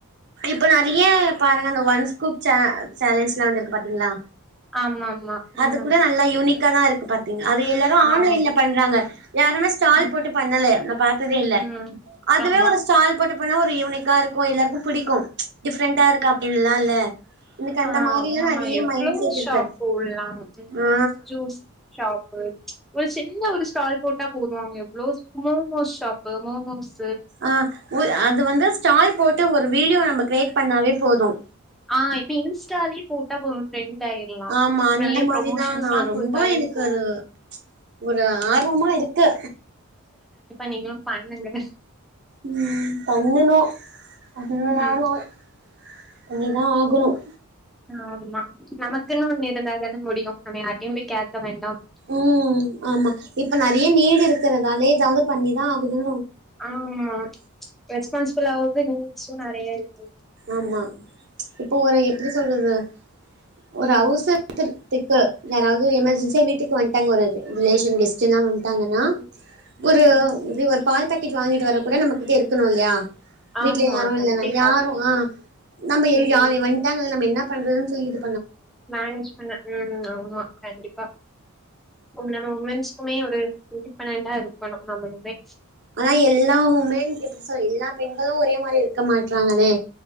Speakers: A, on the right; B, in the centre.
A: இப்ப நிறைய பாருங்க ஒன்ஸ்கப் சேலஞ்ச்லாம் வந்துருக்கு பாத்தீங்களா
B: ஆமாமா
A: அது
B: ம்
A: கூட நல்லா யூனிக்கா தான் இருக்கு பத்து அது எல்லாரும்
B: ஆமா
A: ஆன்லைன்ல பண்றாங்க யாருமே ஸ்டால்
B: ம்
A: போட்டு பண்ணல பார்த்ததே இல்ல
B: ம்
A: அதுவே
B: ஆமா
A: ஒரு ஸ்டால் போட்டு பண்ண ஒரு யூனிக்கா இருக்கும் எல்லாருக்கும் பிடிக்கும் டிஃப்ரெண்டா இருக்கு அப்படின்ல்லாம் இல்ல எனக்கு அந்த
B: ஆஹ்
A: மாரிலா
B: ஆமா
A: நெறைய
B: எவ்வளவு
A: மைண்ட் செட் இருக்கு
B: ஷாப் உள்ளலாம்
A: ஆ
B: ஜூஸ் ஷாப்பு ஒரு சின்ன ஒரு ஸ்டால் போட்டு போ வருவாங்க எவ்வளோ மோமோஸ் ஷாப்பு மோமோஸ்
A: ஆஹ் அது வந்து ஸ்டால் போட்டு ஒரு வீடியோ நம்ம கிரியேட் பண்ணாவே போதும்
B: ஆஹ் இப்ப இன்ஸ்டாலய போட்டா போதும் ட்ரெண்ட் ஆயிர்லா
A: ஆமா அந்த
B: நெறைய
A: மாதிரிதா
B: ப்ரொமோஷன்ஸ்லா
A: நான் ரொம்ப
B: குடுத்தாலே
A: எனக்கு
B: போது
A: அது ஒரு ஆர்வமா இருக்கு
B: நீங்களும் பண்ணுங்க
A: உம் ப என்னனும் <unintelligible>
B: ம்
A: நீதான் ஆகணும்
B: ஆமா நமக்குன்னு ஒண்ணு இருந்தா தானே முடியும் நம்ம யாரிட்டயையும் போய் கேக்க வேண்டாம்
A: உம் ஆமா இப்ப நறைய நீடி இருக்கு இருக்கரதாலே ஏதாவது பண்ணிதான் ஆகணோ
B: ஆமா ரெஸ்பான்ஸ் இப்பலது நீச்சும் நறைய இருக்கு
A: ஆமா இப்போ ஒரு எப்டி சொல்றது ஒரு அவசரத்துக்கு யாராவது எமர்ஜென்சியா வீட்டுக்கு வந்துட்டாங்க ஒரு ரிலேஷன் கஸ்ட் எல்லாம் வந்து டாங்கன்னா
B: ம்
A: ஒரு
B: ம்
A: ஒரு பால் பாக்க ட் வாங்கிட்டு வர கூட நம்மகிட்ட இருக்கணும்ல்லையா வீட்ல
B: ஆமா
A: யாரும் இல்லதானாயாரும்
B: கண்டிப்பா
A: ஆ நம்ம
B: ம்
A: யார வந்துட்டாங்க நம்ம என்ன பண்றதுன்ன சொல்லிது
B: மேனேஜ் பண்ண உம் ஆமா கண்டிப்பா நம் வூமன்ஸா ஒரே ஒரு இண்டிபெண்டண்டா இருக்கணும் நம்மளுமே
A: ஆனா எல்லாவுமே எப்டி சொல்லா எல்லா பெண்களு ஒரே மாரி இருக்க மாட்றாங்களே